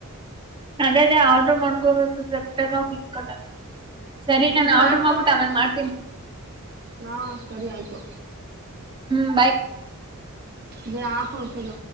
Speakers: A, on the right; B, on the right.
A: ಅದೇ ಅದೇ ಆರ್ಡರ್ ಮೊಡ್ಕಬೇಕ ಗ ಹಟ ಸರಿ ನಾನು
B: ಈಗ
A: ಆರ್ಡ್ರ
B: ಮಾಡ್ಕೊಂಡ್ರೆ
A: ಮಾಡ್ಬಿಟ್ಟು ಅವೇಾಗ ಮಾಡ್ತೀನಿ
B: ಹಾಂ ಸರಿ ಆಯಿತು
A: ಹ್ಮ್ ಬಾಯ್
B: ಬ ಆ ಕುಳಫಿರ